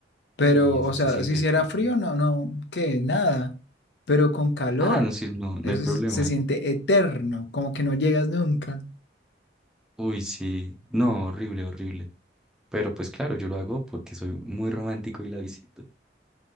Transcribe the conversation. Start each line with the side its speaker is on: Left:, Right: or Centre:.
Left: pero,
Centre: Uy, eso
Left: o sea,
Centre: se siente
Left: si hiciera
Centre: eterno.
Left: frío, no, no, que nada. Pero con calor,
Centre: Ah, no, sí, no,
Left: eso
Centre: no hay problema.
Left: sí se siente eterno, como que no llegas nunca.
Centre: Uy, sí, no, horrible, horrible. Pero pues claro, yo lo hago porque soy muy romántico y la visito.